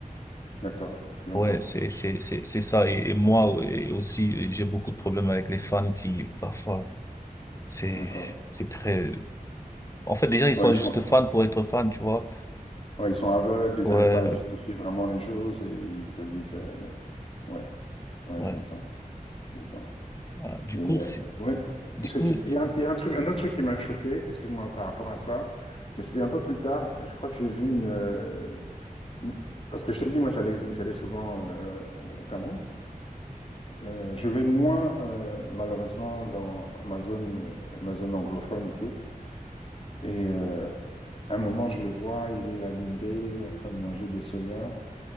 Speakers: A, on the left (about 40°); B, on the left (about 20°).
A: d'accord. J'entends.
B: Ouais, c'est c'est c'est c'est ça et, et moi et aussi euh, j'ai beaucoup de problèmes avec les fans qui parfois c'est
A: D'accord.
B: c'est très en fait les gens ils
A: Ouais,
B: sont
A: ils
B: juste
A: sont,
B: fans pour être fans tu vois
A: ouais, ils sont aveugles, ils
B: ouais
A: n'arrivent pas à justifier vraiment les choses et ils te disent. euh, Ouais, ouais,
B: ouais
A: j'entends. J'entends.
B: Ah, du
A: Et
B: coup
A: euh,
B: c'est
A: ouais,
B: du
A: c'est-
B: coup
A: j'ai- il y a, un il y a un truc, un autre truc qui m'a choqué, excuse-moi par rapport à ça, mais c'était un peu plus tard. Je crois que j'ai vu une, euh, une- parce que je t'ai dit, moi j'allais, j'allais souvent euh, euh, au Cameroun. Euh, je vais moins euh, malheureusement dans ma zone, euh, ma zone anglophone et tout. Et euh, à un moment, je le vois, il est à Limbé en train de manger des soya